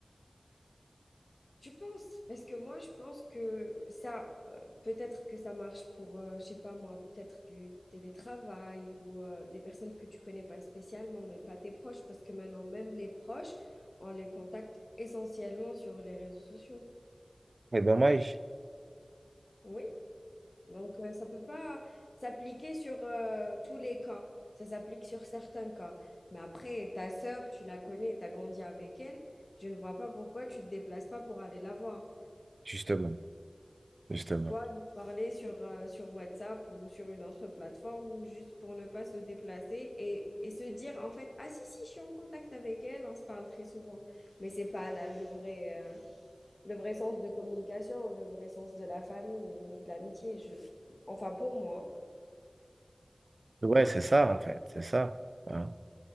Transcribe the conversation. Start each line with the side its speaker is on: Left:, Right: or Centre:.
Left: Tu penses? Parce que moi, je pense que ça, euh, peut-être que ça marche pour, euh, je sais pas moi, peut-être du télétravail ou euh, des personnes que tu connais pas spécialement, mais pas tes proches, parce que maintenant, même les proches, on les contacte essentiellement sur les réseaux sociaux.
Right: C'est dommage,
Left: Oui. Donc, euh, ça peut pas s'appliquer sur euh, tous les cas. Ça s'applique sur certains cas. Mais après, ta sœur, tu la connais, tu as grandi avec elle. Je ne vois pas pourquoi tu te déplaces pas pour aller la voir.
Right: justement. justement.
Left: Pourquoi nous parler sur, euh, sur WhatsApp ou sur une autre plateforme juste pour ne pas se déplacer et, et se dire en fait, ah si, si, je suis en contact avec elle, on se parle très souvent. Mais c'est pas là le vrai, euh, le vrai sens de communication, le vrai sens de la famille ni de l'amitié. Je... Enfin, pour moi,
Right: Ouais, c'est ça, en fait, c'est ça. hein.